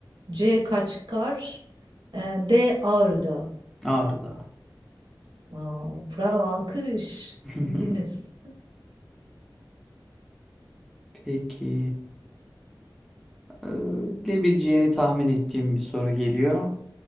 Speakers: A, on the right; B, in the centre.
A: C. Kaçkar e, D. Ağrı Dağı.
B: Ağrı Dağı.
A: Wow, bravo alkış
B: <laughs>
A: bildiniz.
B: Peki. Ee, Bilebileceğini tahmin ettiğim bir soru geliyor.